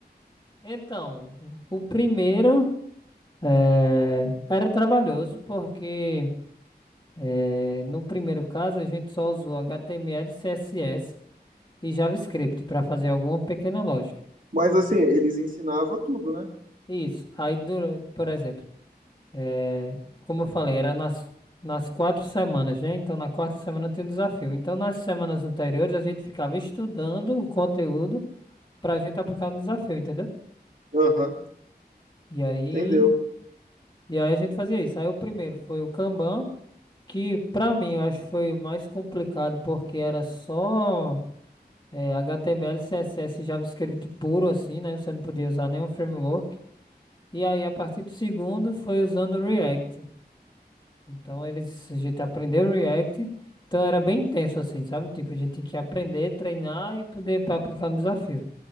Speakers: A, on the left; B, on the right.
A: Então, o primeiro eh, era trabalhoso, porque eh, no primeiro caso a gente só usou HTML e CSS. e JavaScript para fazer alguma pequena lógica.
B: Mas assim, eles ensinavam tudo, né?
A: Isso. Aí, dura- por exemplo, eh, como eu falei, era nas, nas quatro semanas, né? Então, na quarta semana tem um desafio. Então, nas semanas anteriores, a gente ficava estudando o conteúdo para a gente aplicar no desafio, entendeu?
B: Aham,
A: E aí,
B: entendeu.
A: e aí a gente fazia isso. Aí, o primeiro foi o Kanban, que para mim eu acho que foi o mais complicado, porque era só. eh, HTML, CSS e JavaScript puro assim, né? Você não podia usar nenhum framework. E aí, a partir do segundo, foi usando o React. Então, eles, a gente aprendeu o React. Então, era bem intenso, assim, sabe? Tipo, a gente tinha que aprender, treinar e poder pra aplicar no desafio.